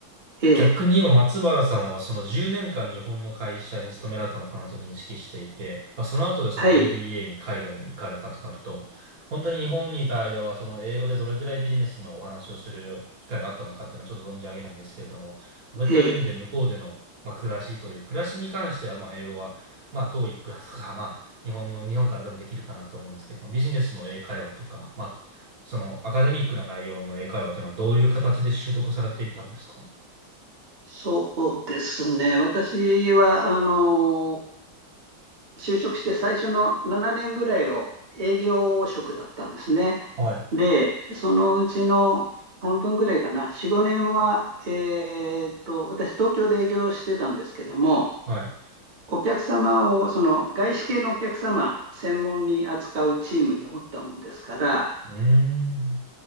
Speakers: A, on the right; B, on the right.
A: ええ、
B: 逆に言えば松原様はその10年間日本の会社に勤められたのかなと認識していて、まあ、その後でその
A: はい、
B: MBA に海外に行かれたとなると、本当に日本にいた間はその英語でどれぐらいビジネスのお話をする機会があったのかっていうのはちょっと存じ上げないんですけれども、そういった面で向こうでの、
A: ええ、
B: まあ、暮らしという、暮らしに関してはまあ英語は、まあトーイックだとか、<laughs> まあ日本の、日本からでもできるかなと思うんですけど、ビジネスの英会話とか、まあそのアカデミックな内容の英会話というのはどういう形で習得されていったんですか
A: そうですね。私は、あの、就職して最初の7年ぐらいを営業職だったんですね。
B: はい。
A: で、そのうちの半分ぐらいかな、4、5年は、えーっと、私、東京で営業してたんですけども、
B: はい。
A: お客様を、その外資系のお客様専門に扱うチームにおったもんですから、
B: うーん。